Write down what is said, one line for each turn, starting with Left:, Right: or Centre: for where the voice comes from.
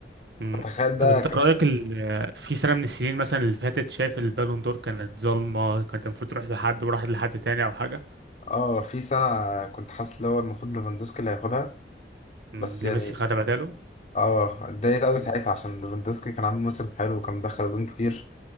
Right: امم
Left: فتخيل ده
Right: طب انت
Left: ك...
Right: رايك ال... في سنه من السنين مثلا اللي فاتت شايف البالون دور كانت ظالمه كانت المفروض تروح لحد وراحت لحد تاني او حاجه
Left: اه في سنه كنت حاسس اللي هو المفروض ليفاندوسكي اللي هياخدها
Right: امم
Left: بس
Right: اللي
Left: يعني
Right: ميسي خدها بداله
Left: اه اتضايقت قوي
Right: امم
Left: ساعتها عشان ليفاندوسكي كان عامل موسم حلو وكان مدخل جون كتير